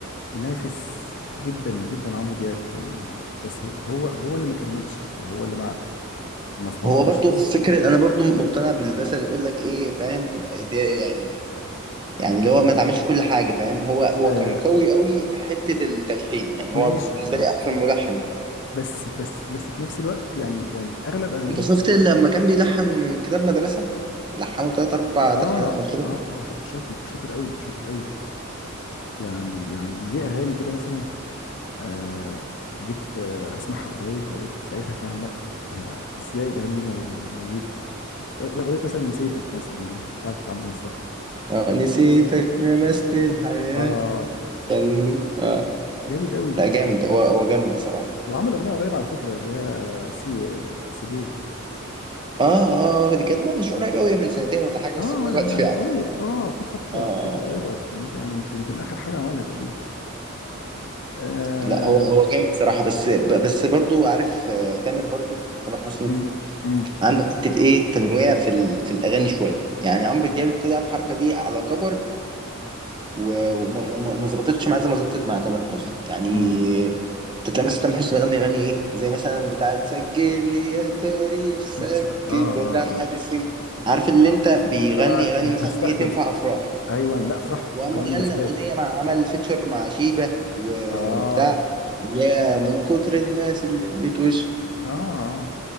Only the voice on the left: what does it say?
ينافس جدا جدا عمرو دياب يعني بس هو هو هو اللي ما كملش أو هو اللي ما ما استمرش
فاهم
آه
ماشي
ما
بس بس بس في نفس الوقت يعني يعني أغلب أغانيه
اه
اه هو شا- شاطر شاطر قوي شاطر قوي يعني يعني ليه اغاني كده مثلا آه جيت آه اسمعها قريب لقيت لقيتها فعلا لا انا ازاي الاغاني دي مو- موجوده اغنيه مثلا نسيتك مثلا دي بتاعت عمرو مصطفى
هي
بس
اه
جامد قوي
وعمل اغنيه قريب على فكره اللي هي سي سيبوه
اه
يعني
يعني
قريب اه في فتره
في فتره
قريبه أو بالنسبة- يعني يمكن يمكن اخر حاجه عملها تقريبا آه.
مم. مم.
مم.
نغسل اه
اه اه
اه
اللي هو
بتستخدم
ايوه لا افراح
وكمان
مناسبات
اه
اه اه